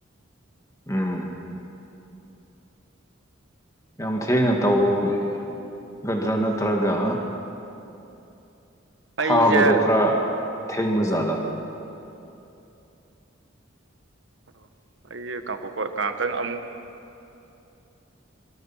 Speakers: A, on the left (about 15°); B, on the right (about 70°).
A: ꯑꯝ ꯌꯥꯝ ꯊꯦꯡꯅ ꯇꯧꯒꯗ꯭ꯔꯥ ꯅꯠꯇ꯭ꯔꯒ
B: ꯑꯩꯁꯦ
A: ꯊꯥꯕꯗꯣ ꯈꯔ ꯊꯦꯡꯕꯖꯥꯠꯂ
B: ꯑ ꯑꯩꯁꯦ ꯀꯥꯡꯈꯣꯛꯀꯣ ꯉꯥꯏꯍꯥꯛꯇꯪ ꯑꯃꯨꯛ